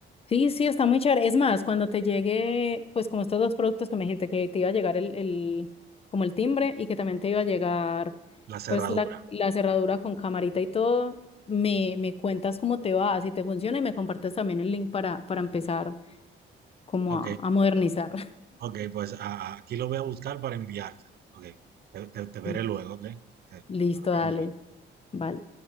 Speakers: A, on the left; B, on the right.
A: Sí, sí, está muy chévere. Es más, cuando te llegue, pues como estos dos productos que me dijiste, que te iba a llegar el, el, como el timbre y que también te iba a llegar,
B: la cerradura.
A: pues la, la cerradura con camarita y todo, me, me cuentas cómo te va, si te funciona y me compartes también el link para, para empezar como
B: Ok,
A: a, a modernizar.
B: Ok, pues a- a- aquí lo voy a buscar para enviártelo. Ok, te, te- te veré
A: <laughs>
B: luego, ok. Te-
A: Listo,
B: nos
A: dale,
B: vemos
A: vale.